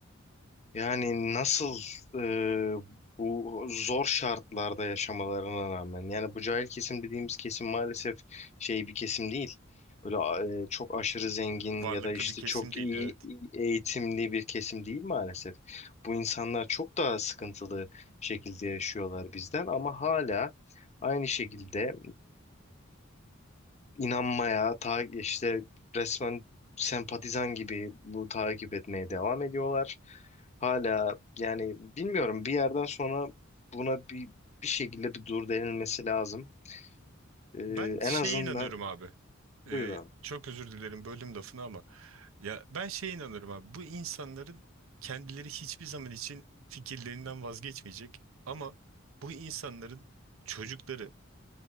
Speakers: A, on the left (about 35°); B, on the right (about 75°).
A: yani nasıl e, bu zor şartlarda yaşamalarına rağmen yani bu cahil kesim dediğimiz kesim maalesef şey bir kesim değil. Böyle e, çok aşırı zengin
B: Haklısın Varlıklı
A: ya da işte
B: bir kesim
A: çok
B: değil
A: iyi
B: evet.
A: eğitimli bir kesim değil maalesef. Bu insanlar çok daha sıkıntılı şekilde yaşıyorlar bizden ama hala aynı şekilde inanmaya, ta işte resmen sempatizan gibi bu takip etmeye devam ediyorlar. Hala yani bilmiyorum bir yerden sonra buna bir bir şekilde bir dur denilmesi lazım. Ee,
B: Ben
A: en
B: şeye
A: azından
B: inanıyorum abi. Ee,
A: buyur abi.
B: çok özür dilerim böldüm lafını ama ya ben şeye inanıyorum abi. Bu insanların kendileri hiçbir zaman için fikirlerinden vazgeçmeyecek. Ama bu insanların çocukları